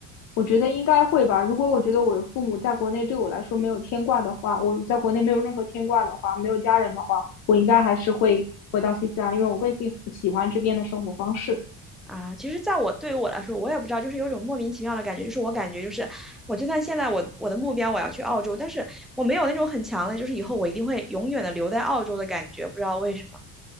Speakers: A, on the left; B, in the centre.
A: 我觉得应该会吧。如果我觉得我的父母在国内对我来说没有牵挂的话，我在国内没有任何牵挂的话，没有家人的话，我应该还是会回到新西兰，因为我更喜喜欢这边的生活方式。
B: 啊，其实，在我对于我来说，我也不知道，就是有种莫名其妙的感觉，就是我感觉就是，我就算现在我我的目标我要去澳洲，但是我没有那种很强的，就是以后我一定会永远的留在澳洲的感觉，不知道为什么。